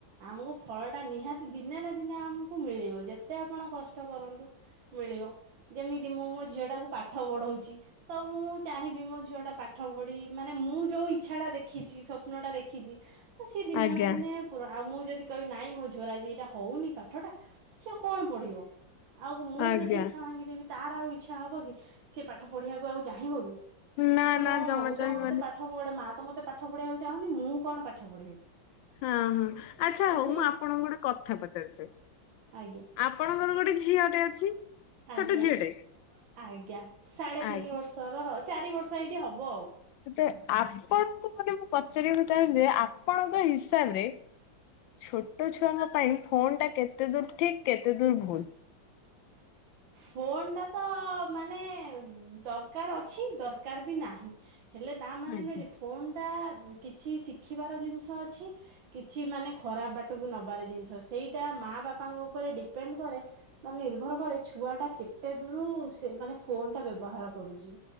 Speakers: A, on the right (about 80°); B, on the left (about 80°).
A: ଆମକୁ ଫଳ ଟା ନିହାତି ଦିନେ ନା ଦିନେ ଆମ ମିଳିବ ଯେତେ ଆପଣ କଷ୍ଟ କରନ୍ତୁ ମିଳିବ ଯେମିତି ମୁଁ ମୋ ଝିଅ ଟାକୁ ପା ଠ ପଢଉଛି ତ ମୁଁ ଚାହିଁବି ମୋ ଝିଅ ଟା ପାଠ ପଢି ମାନେ ମୁଁ ଯୋଉ ଇଚ୍ଛା ଟା ଦେ ଖିଛି ସ୍ଵପ୍ନ ଟା ଦେଖିଛି ତ ସିଏ ଦିନେ
B: ଆଜ୍ଞା
A: ନା ଦିନେ ପୁରା ଆଉ ମୁଁ ଯେଦି କହିବି ନାଇଁ ମୋ ଝୁଅର ଆଜି ଏଇଟା ହଉନି ପାଠଟା ସିଏ କଣ ପଢିବ? ଆଉ ମୁଁ
B: ଆଜ୍ଞା।
A: ଯଦି ଇଚ୍ଛା ଭାଙ୍ଗିଦେବି ତାର ଆଉ ଇଚ୍ଛା ହବ କି ସିଏ ପାଠ ପଢିବାକୁ ଆଉ ଚାହିଁବ କି
B: ନା
A: କହିବ
B: ନା
A: ମୋ
B: ଜମା
A: ମମି
B: ଚାହିଁବନି
A: ତ ମତେ ପା ପାଠ ପଢା ମା ତ ମତେ ପାଠ ପଢେଇବାକୁ ଚାହୁଁନି ମୁଁ କଣ ପାଠ ପଢେଇବି।
B: ହଁ ହଁ ଆଚ୍ଛା
A: ତ
B: ହଉ
A: ସେଇ
B: ମୁଁ ଆପଣଙ୍କୁ ଗୋଟେ କଥା ପଚାରୁଛି।
A: ଆଜ୍ଞା।
B: ଆପଣଙ୍କର ଗୋଟେ ଝିଅଟେ ଅଛି?
A: ଆଜ୍ଞା
B: ଛୋଟ ଝିଅଟେ?
A: ଆଜ୍ଞା ସାଢେ ତିନି
B: ଆଜ୍ଞା।
A: ବର୍ଷର ହଁ ଚାରି ବର୍ଷ ଏଇଠି ହବ ଆଉ।
B: ତ ଆପଣଙ୍କୁ ମାନେ ମୁଁ ପଚାରିବାକୁ ଚାହୁଁଛି ଯେ ଆପଣଙ୍କ ହିସାବରେ ଛୋଟ ଛୁଆଙ୍କ ପାଇଁ ଫୋନ୍ ଟା କେତେ ଦୂର ଠିକ୍ କେତେ ଦୂର ଭୁଲ୍?
A: ଫୋନ୍ ଟା ତ ମାନେ ଦରକାର ଅଛି ଦରକାର ବି ନାହିଁ। ହେଲେ ତା ମାନେ
B: ଆଜ୍ଞା
A: ନୁହେଁ ଯେ ଫୋନ୍ ଟା କିଛି ଶିଖିବାର ଜିନିଷ ଅଛି କିଛି ମାନେ ଖରାପ ବାଟକୁ ନବାରେ ଜିନିଷ ସେଇଟା ମା ବାପାଙ୍କ ଉପରେ ଡିପେଣ୍ଡ୍ କରେ। ମାନେ ନିର୍ଭର କରେ ଛୁଆ ଟା କେତେ ଦୂର ସେ ମାନେ ଫୋନ୍ ଟା ବ୍ୟବହାର କରୁଛି।